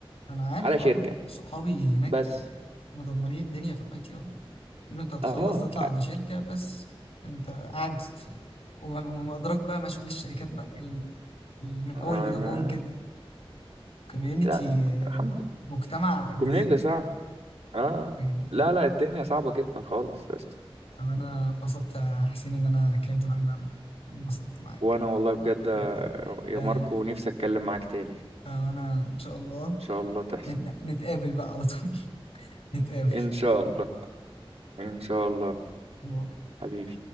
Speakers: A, on the left; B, on the right.
A: انا عارف
B: على شركه
A: اه انا صحابي هناك
B: بس
A: مدمرين الدنيا في الاي تي اي يقولوا انت هتخلص
B: اه
A: تطلع على شركه بس انت قاعد في وما وما ادراك بقى ما شغل الشركات بقى ال- ال- من
B: آه،
A: اول فودافون
B: ما
A: كده كوميونتي
B: لا الحمد لله
A: مجتمع جديد
B: الكوميونيتي صعب اه
A: جديد.
B: لا لا الدنيا صعبه جدا خالص يا اسطى
A: انا انبسطت يا حسين ان انا اتكلمت معاك بقى انبسطت معاك
B: وانا والله بجد آه،
A: انت
B: يا
A: انت
B: ماركو نفسي اتكلم معاك تاني ان
A: انا ان شاء الله
B: شاء الله تحصل
A: نت- نتقابل بقى على طول <laughs> نتقابل
B: ان شاء الله ان شاء الله
A: باي.
B: حبيبي